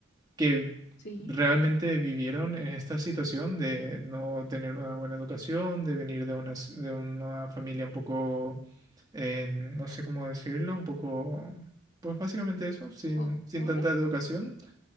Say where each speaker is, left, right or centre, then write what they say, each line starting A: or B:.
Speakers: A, on the right; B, on the left.
A: que
B: Sí,
A: realmente vivieron en esta situación de no tener una buena educación, de venir de una, de una familia un poco, eh, no sé cómo decirlo, un poco, pues básicamente eso, sin,
B: po-
A: sin
B: pobre.
A: tanta educación,